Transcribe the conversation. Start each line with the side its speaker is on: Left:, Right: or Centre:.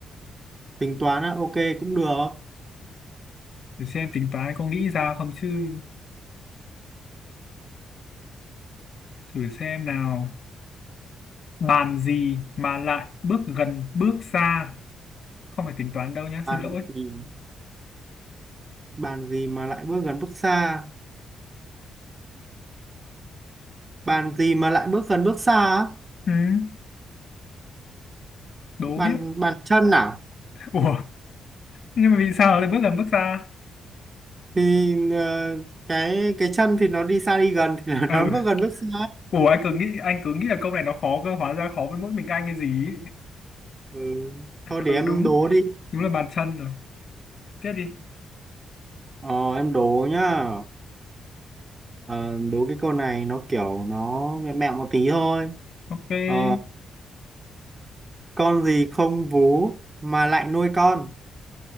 Right: tính toán á, ok cũng được.
Left: Thử xem tính toán có nghĩ ra không chứ. Thử xem nào. Bàn gì mà lại bước gần bước xa? Không phải tính toán đâu nhá,
Right: Làm
Left: xin lỗi.
Right: gì bàn gì mà lại bước gần bước xa bàn gì mà lại bước gần bước xa á?
Left: Ừm, đố
Right: bàn
Left: biết.
Right: bàn chân à
Left: <laughs> Ủa, nhưng mà vì sao lại bước gần bước xa?
Right: thì ờ, cái cái chân thì nó đi xa đi gần thì <laughs> là
Left: Ừ.
Right: nó bước gần bước xa
Left: Ủa anh cứ nghĩ anh cứ nghĩ là câu này nó khó cơ hóa ra khó với mỗi mình anh cái gì ý.
Right: ừ. thôi để
Left: ừ
Right: em
Left: đúng
Right: đố đi
Left: đúng là bàn chân rồi tiếp đi
Right: ờ, em đố nhá ờ, đố cái câu này nó kiểu nó mẹo mẹo một tí thôi
Left: ok
Right: ờ, con gì không vú mà lại nuôi con